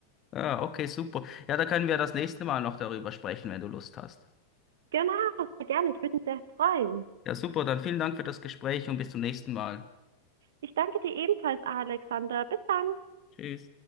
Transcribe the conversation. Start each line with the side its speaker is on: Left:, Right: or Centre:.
Left: Ah, okay, super. Ja, da können wir das nächste Mal noch darüber sprechen, wenn du Lust hast.
Right: Genau, sehr gerne. Ich würde mich sehr freuen.
Left: Ja, super. Dann vielen Dank für das Gespräch und bis zum nächsten Mal.
Right: Ich danke dir ebenfalls, Alexander. Bis dann.
Left: Tschüss.